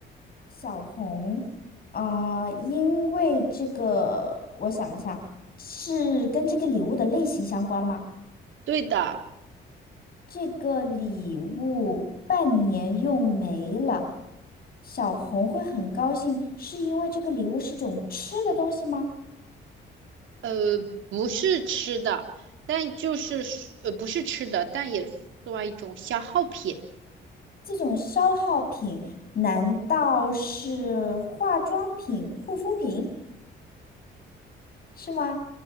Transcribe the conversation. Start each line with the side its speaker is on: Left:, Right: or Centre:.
Left: 小红。啊、因为这个，我想一下，是跟这个礼物的类型相关吗？
Right: 对的，
Left: 这个礼物半年用没了，小红会很高兴，是因为这个礼物是种吃的东西吗？
Right: 呃，不是吃的，但就是呃不是吃的，但也算一种消耗品。
Left: 这种消耗品难道是化妆品、护肤品是吗？